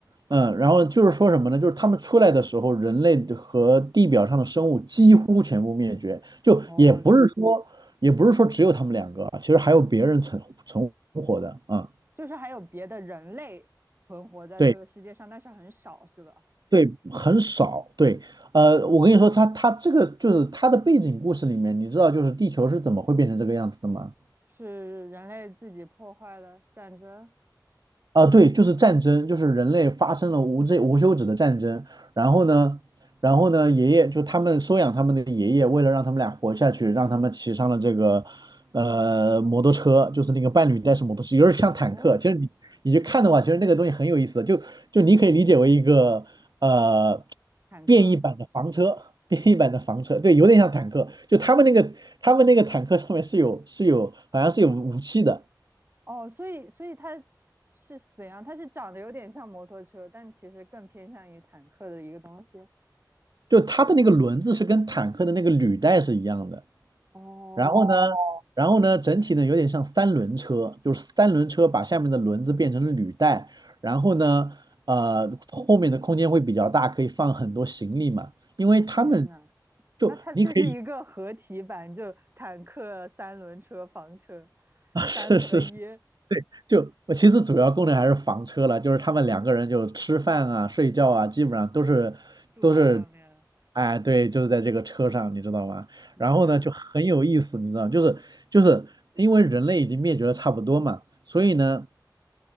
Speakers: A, on the right (about 65°); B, on the right (about 30°).
A: 嗯，然后就是说什么呢？就是他们出来的时候，人类和地表上的生物几乎全部灭绝，就也不是说也不是说只有他们两个啊，
B: 哦，
A: 其实还有别人存存活的啊。
B: 就是还有别的人类存活在这个世界上，
A: 对
B: 但是很少，是吧？
A: 对，很少。对，呃，我跟你说，他他这个就是他的背景故事里面，你知道就是地球是怎么会变成这个样子的吗？
B: 是人类自己破坏的战争。
A: 啊，对，就是战争，就是人类发生了无这无休止的战争。然后呢，然后呢，爷爷就他们收养他们的爷爷，为了让他们俩活下去，让他们骑上了这个呃摩托车，就是那个伴侣带式摩托车，有点像坦克。
B: 哦，
A: 其实你你去看的话，其实那个东西很有意思的，就就你可以理解为一个呃
B: 坦克。
A: 变异版的房车，变异版的房车，对，有点像坦克。就他们那个他们那个坦克上面是有是有好像是有武器的。
B: 哦，所以所以它是怎样？它是长得有点像摩托车，但其实更偏向于坦克的一个东西。
A: 就它的那个轮子是跟坦克的那个履带是一样的，
B: 哦，
A: 然后呢，然后呢，整体呢有点像三轮车，就是三轮车把下面的轮子变成了履带，然后呢，呃，后面的空间会比较大，可以放很多行李嘛，因为他们
B: 我天呐，
A: 就你可以，
B: 那它就是一个合体版，就坦克、三轮车、房车，
A: <laughs> 啊，
B: 三合一
A: 是是是，对，就我其实主要功能还是房车了，就是他们两个人就吃饭啊、睡觉啊，基本上都是都是，
B: 住在上面了
A: 哎，对，就是在这个车上，你知道吗？
B: 原来如此，
A: 然后呢，就很有意思，你知道吗就是就是因为人类已经灭绝的差不多嘛，所以呢，
B: 嗯，